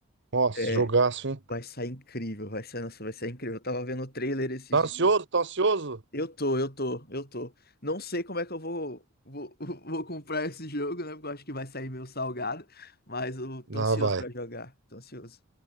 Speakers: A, on the right; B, on the left.
A: Nossa,
B: É,
A: jogaço, hein?
B: vai sair incrível, vai sair, nossa, vai sair incrível. Eu tava vendo o trailer esses
A: Tá ansioso?
B: dias.
A: Tá ansioso?
B: Eu tô, eu tô, eu tô. Não sei como é que eu vou, vou, <laughs> vou comprar esse jogo, né? Porque eu acho que vai sair meio salgado. Mas eu tô
A: Não,
B: ansioso
A: vai.
B: pra jogar, tô ansioso.